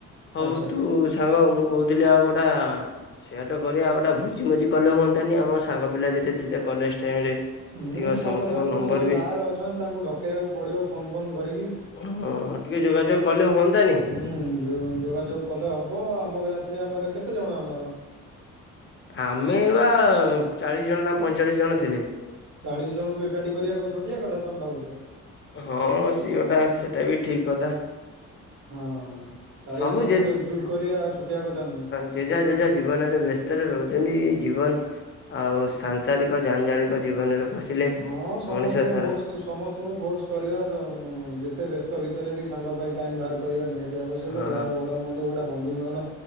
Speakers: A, on the left (about 40°); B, on the right (about 90°).
A: ହଉ
B: ଆଚ୍ଛା
A: ତୁ ସାଙ୍ଗ ମୁଁ କହୁଥିଲି ଆଉ ଗୋଡ଼ା ସେଇଆ ତ କରିବା ଆଉ ଗୋଟେ ଭୋଜି ମୋଜି କଲେ ହୁଅନ୍ତାନି ଆମ ସାଙ୍ଗ ପିଲା ଯେତେ ଥିଲେ କଲେଜ ଟାଇମ୍ ରେ
B: ହଁ
A: ଏତିକ
B: ସାଙ୍ଗସାଥି
A: ସମସ୍ତଙ୍କ ନମ୍ବର
B: ତ ସବୁ ବାହାରେ
A: ବି
B: ଅଛନ୍ତି ତାଙ୍କୁ ଡକେଇବାକୁ ପଡ଼ିବ ଫୋନ୍ ଫୋନ୍ କରିକି
A: ହଁ ଟିକେ ଯୋଗାଯୋଗ କଲେ ହୁଅନ୍ତାନି?
B: ହୁଁ ଯୋ ଯୋଗାଯୋଗ କଲେ ହେବ ଆମ ବ୍ୟାଚ୍ ରେ ଆମର କେତେଜଣ ଆମର?
A: ଆମେ ବା ଚାଳିଶ ଜଣ ନା ପଇଁଚାଳିଶ ଜଣ ଥିଲେ।
B: ଚାଳିଶି ଜଣଙ୍କୁ ଏକାଠି କରିବା କଣ ଛୋଟିଆ କଥା ତମେ ଭାବୁଛ।
A: ହଁ ସିଏଟା ସେଟା ବି ଠିକ୍ କଥା।
B: ହଁ ଚାଳିଶ
A: ସବୁ
B: ଜଣଙ୍କୁ ଏକଜୁଟ କରିବା ଛୋଟିଆ କଥା ନୁହଁ।
A: ଯିଏ ଜେଜା ଜେଜା ଜୀବନରେ ବ୍ୟସ୍ତରେ ରହୁଛନ୍ତି ଜୀବନ ଆଉ ସାଂସାରିକ ଜାଞ୍ଜାଳିକ ଜୀବନରେ ପଶିଲେ
B: ହଁ ସମସ୍ତଙ୍କୁ
A: ମଣିଷ ତାର
B: ଫୋର୍ସ ଖୁସୂ ସମସ୍ତଙ୍କୁ ଫୋର୍ସ କରିବା ଅ ଉନ୍ ଯେତେ ବ୍ୟସ୍ତ ଭିତରେ ବି ସାଙ୍ଗ ପାଇଁ ଟାଇମ୍ ବାହାର କରିବା ନିହାତି ଅତି ଆବଶ୍ୟକ
A: ହଁ
B: ଯାହାହଉ ଭଲ ହଉ ମନ୍ଦ ହଉ ଗୋଟେ ବନ୍ଧୁ ମିଳନ